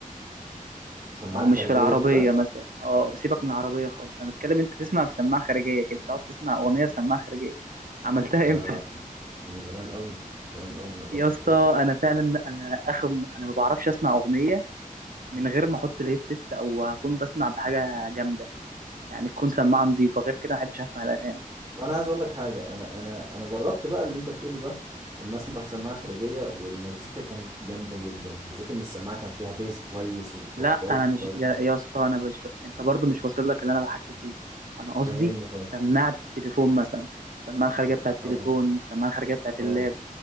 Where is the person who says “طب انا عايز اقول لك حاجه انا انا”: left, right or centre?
Right